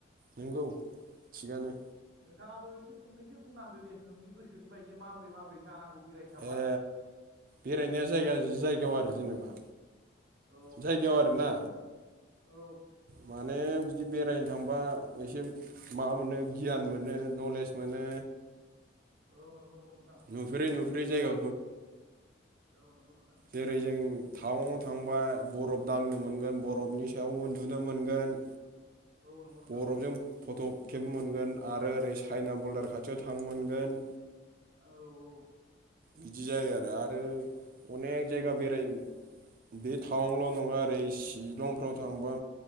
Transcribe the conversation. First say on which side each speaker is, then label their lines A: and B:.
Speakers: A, on the right (about 45°); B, on the right (about 75°).
A: नंगौ थिगानो
B: नोंथाङाबो एसे फंनैसो बुंना होदो दे नोंनि गोसोनि बायदियै माबोरै माबोरै जानांगौ बेरायनो थांबा
A: ए बेरायनाया जायगा जायगायाव आरो जेनेबा
B: औ
A: जायगायाव आरोना
B: औ
A: माने बिदि बेरायनो थांबा एसे माबा मोनो गियान मोनो नलेज मोनो
B: औ नंगौ नंगौ नोंथां
A: नुफेरै नुफेरै जायगा
B: औ नोंगौ नों
A: जेरै जों टाउनाव थांबा बरफ दांनो मोनगोन बरफनि सायाव उन्दु दुनो मोनगोन
B: औ नंगौ नोंथां
A: बरफजों फट' खेबनो मोनगोन आरो ओरै चाइना बरदार खाथियाव थांनो मोनगोन।
B: औ औ
A: बिदि जायो आरो आरो अनेक
B: औ
A: जायगा बेराय बे टाउनल' नङा ओरै सिलंफ्राव थांबा